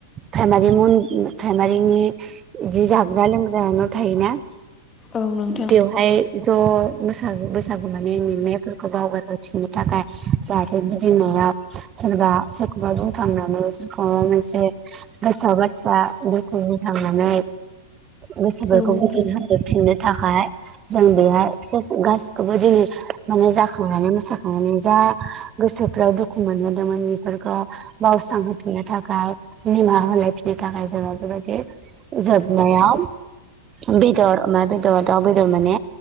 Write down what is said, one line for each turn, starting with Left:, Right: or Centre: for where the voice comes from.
Right: प्राइमारि मन उम प्राइमारिनि इदि जाग्रा लोंग्रा न' थायोना।
Left: औ नोंथां।
Right: बेवहाय ज' मोसागो बोस सागु माने मेंनायफोरखौ बावगारहोफिननो थाखाय जाहाथे गिदिंनाया सोरबा सोर खुगाजों थांनानै सोरखौबा मोनसे गोसोआव बाथ्रा बुरखांनो थांनानै गोसोफोरखौ
Left: नोंथां
Right: गोजोन होबोफिननो थाखाय जों बेहाय सेस गास खौबो दिनै माने जाखांनानै मोसाखांनानै जा गोसोफ्राव दुखु मोनहोदोंमोन बेफोर बावस्रांहोफिननो थाखाय निमाहा होलायफिननो थाखाय जोङो बेबायदि जोबनायाव बेदर अमा बेदर दाउ बेदर माने